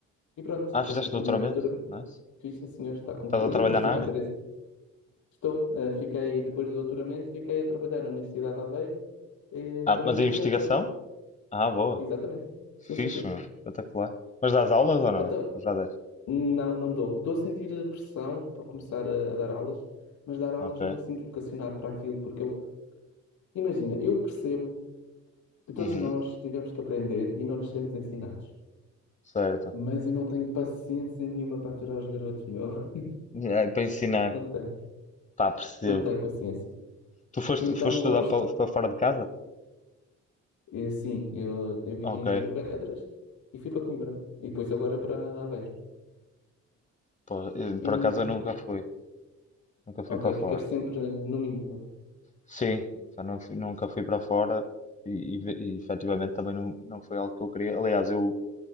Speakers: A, on the left (about 70°); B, on the left (about 25°).
A: E pronto,
B: Ah,
A: depois
B: fizeste
A: terminei
B: doutoramento?
A: o doutoramento.
B: Nice.
A: Fiz, sim, senhor, está concluído.
B: Estás a trabalhar na
A: <laughs> Há
B: área?
A: três... Estou, eh, fiquei, depois do doutoramento, fiquei a trabalhar na Universidade de Aveiro, eh,
B: Ah,
A: como
B: mas
A: investigador.
B: a investigação? Ah, boa.
A: Exatamente. Sim,
B: Fixe,
A: sim, sim.
B: meu. Espetacular. Mas dás aulas ou não?
A: Então,
B: Ou já deste?
A: não, não dou. Estou a sentir eh, pressão para começar a, a dar aulas, mas dar aulas
B: Ok.
A: não me sinto vocacionado para aquilo, porque eu, imagina, eu percebo. que todos
B: Uhum.
A: nós tivemos que aprender e não nos sermos ensinados.
B: Certo.
A: Mas eu não tenho paciência nenhuma para aturar os garotos, meu. <laughs>
B: É, para ensinar.
A: Não tenho.
B: Pá, percebo.
A: Não tenho paciência.
B: Tu foste,
A: Então
B: foste
A: gosto.
B: estudar para, para fora de casa?
A: E, sim, eu, eu vivi
B: Ok.
A: em Torres Vedras e fui para Coimbra. E depois agora para Aveiro.
B: Pô, eu,
A: E,
B: por acaso eu nunca fui. Nunca fui
A: ok,
B: para fora.
A: ficaste sempre no mínimo.
B: Sim, pá, não fui- nunca fui para fora e, e, ve- e efetivamente também não, não foi algo que eu queria. Aliás, eu,